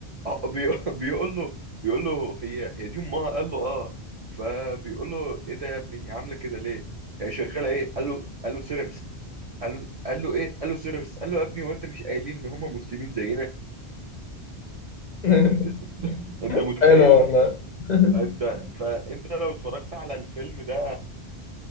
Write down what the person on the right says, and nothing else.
اه بي... <laughs> بيقول له بيقول له هي هي دي امها قال له اه فبيقول له ايه ده يا ابني هي عامله كده ليه هي شغاله ايه قال له قال له سيرفيست قال له قال له ايه قال له سيرفيست قال له يا ابني وانت مش قايلين ان هم مسلمين زينا
انت انت متخيل
انت فانت لو اتفرجت على الفيلم ده